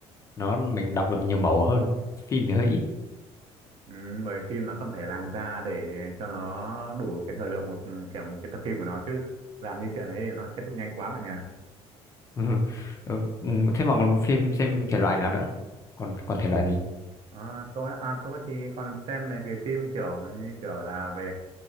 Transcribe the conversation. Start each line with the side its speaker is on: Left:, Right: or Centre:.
Left: nó mình đọc được nhiều màu hơn phim thì hơi ít
Right: Ừ, bởi phim nó cần phải làm ra để cho nó đủ cái thời lượng một kiểu một cái tập phim của nó chứ làm như chuyện ấy thì nó kết thúc nhanh quá bạn nhỉ.
Left: <laughs> ừ. Ừ. ừ, Thế mà còn phim xem thể loại nào nữa còn còn thể loại gì
Right: À, tôi á- à, tôi thì còn xem mấy cái phim kiểu như kiểu là về